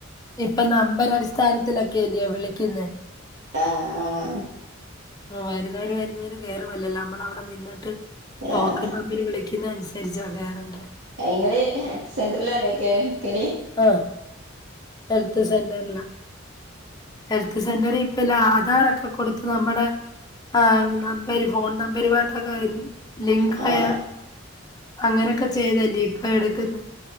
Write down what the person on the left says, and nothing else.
ഇപ്പം നമ്പര് അടിസ്ഥാനത്തിലൊക്കെല്ലയോ വിളിക്കുന്നേ
ഉം വരുന്നവര് വരുന്നവര് കേറുമല്ലല്ലോ നമ്മളവിടെ നിന്നിട്ട് ടോക്കൺ
നമ്പര് വിളിക്കുന്ന അനുസരിച്ചാ കേറണ്ടേ
ആഹ് ഹെൽത്ത് സെന്റർല ഹെൽത്ത് സെന്ററി ഇപ്പില്ല ആധാറൊക്കെ കൊടുത്ത് നമ്മുടെ ആഹ് നമ്പര് ഫോൺ നമ്പര് പാട്ടൊക്കെ ലിങ്കായ
അങ്ങനൊക്കെ ചെയ്തല്ലേ ഇപ്പൊ എടക്കുന്നേ